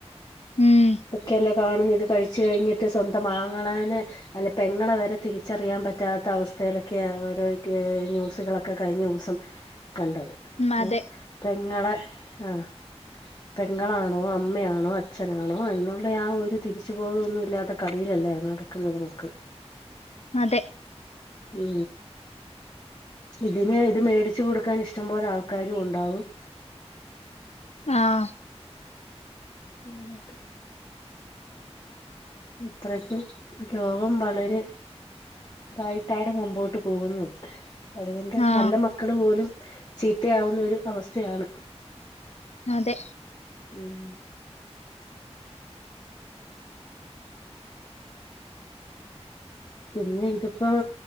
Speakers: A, on the left; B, on the left.
A: ഉം
B: ഒക്കെയല്ലേ കാണുന്നെ, ഇത് കഴിച്ച് കഴിഞ്ഞിട്ട് സ്വന്തം ആങ്ങളേനെ അല്ല പെങ്ങളെ വരെ തിരിച്ചറിയാൻ പറ്റാത്ത അവസ്ഥയിലൊക്കെയാ ഓരോ <unintelligible> ന്യൂസുകളൊക്കെ കഴിഞ്ഞുസം കണ്ടത്,
A: ഉം അതെ
B: ഏഹ് പെങ്ങളെ ആഹ് പെങ്ങളാണോ, അമ്മയാണോ, അച്ഛനാണോ എന്നുള്ള ആ ഒരു തിരിച്ചു ബോധമൊന്നുല്ലാത്ത കളിയിലല്ലേ അത് നട ക്ക്ന്നത് മക്കള്.
A: അതെ.
B: മ് ഇതിന് ഇത് മേടിച്ചു കൊടുക്കാൻ ഇഷ്ടംപോലെ ആൾക്കാരും ഉണ്ടാവും.
A: ആഹ്
B: അങ്ങനെയൊക്കെ. ഇത്രക്കും ലോകം വളരെ ഇതായിട്ടാണ് മുമ്പോട്ട് പോകുന്നത്. അതുകൊണ്ട്
A: ആ
B: നല്ല മക്കള് പോലും ചീത്തയാവുന്ന ഒരു അവസ് സ്ഥയാണ്,
A: അതെ
B: മ് പിന്നെ ഇതിപ്പം